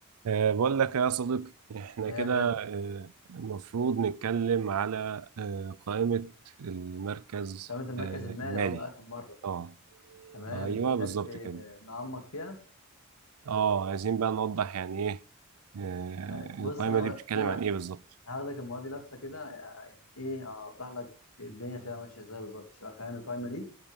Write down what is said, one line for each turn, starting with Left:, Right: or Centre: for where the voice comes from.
Right: أه، بقول لك يا صديقي احنا
Left: ايه
Right: كده
Left: يا غالي
Right: أه، المفروض نتكلم على أه، قائمة المركز
Left: قائمة المركز
Right: أه،
Left: المالي
Right: المالي
Left: اه من آخر مرة
Right: اه
Left: تمام
Right: ايوه
Left: تحب
Right: بالظبط كده
Left: نعمق فيها
Right: اه عايزين بقى نوضح يعني ايه أه،
Left: طيب بص
Right: القائمة
Left: أنا أقول
Right: دي
Left: أنا
Right: بتتكلم عن ايه بالظبط
Left: هاخدك المرة دي لفة كده يعني إيه أوضح لك الدنيا فيها ماشية إزاي بالظبط تبقى فاهم القائمة دي